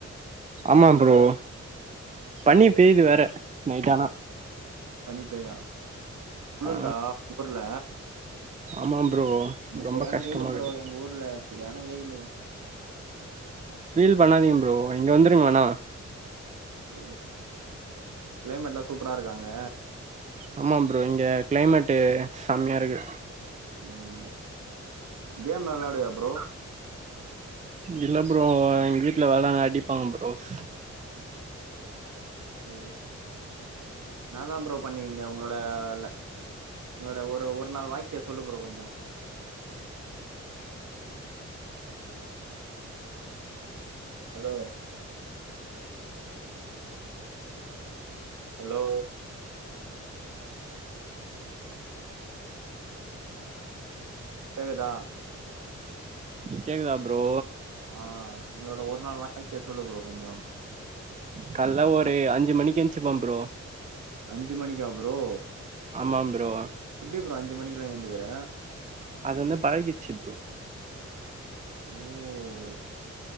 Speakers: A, on the right; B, on the right.
A: ஆமா ப்ரோ பனி
B: ஓ
A: பெய்யுது வேற நைட் ஆனா
B: பனி பெய்யுதா குளிர்தா
A: ஆ
B: உங்க ஊர்ல
A: ஆமா ப்ரோ
B: இங்க
A: ரொம்ப
B: சரியான
A: கஷ்டமா
B: வெயிலு ப்ரோ
A: இருக்குது
B: எங்க ஊர்ல சரியான வெயிலு
A: பீல் பண்ணாதிங்க ப்ரோ இங்க வந்துருங்க வேணா
B: ஓ கிளைமேட்லா சூப்பரா இருக்கா அங்க
A: ஆமா ப்ரோ இங்க கிளைமேட்டு செமையா இருக்கு
B: ம் கேம் வெள்லாடுவியா ப்ரோ
A: இல்ல ப்ரோ எங்க வீட்ல வெளான்டா அடிப்பாங்க ப்ரோஸ்
B: ஓ என்னா தா ப்ரோ பண்ணுவீங்க உங்கள டல்ல உங்களோட ஒரு ஒரு நாள் வாழ்க்கைய சொல்லு ப்ரோ கொஞ்சோ ஹலோ ஹலோ கேக்குதா
A: கேக்குதா ப்ரோ
B: ஆ உங்களோட ஒரு நாள் வாழ்க்கய சொல்லு ப்ரோ கொஞ்சோ
A: கால்ல ஒரு அஞ்சு மணிக்கு எஞ்சுப்ப ப்ரோ
B: அஞ்சு மணிக்கா ப்ரோ
A: ஆமா ப்ரோ
B: எப்டி ப்ரோ அஞ்சு மணிக் எல்லா எந்துக்குற
A: அது வந்து பழகிச்சு ப்ரோ
B: ஓ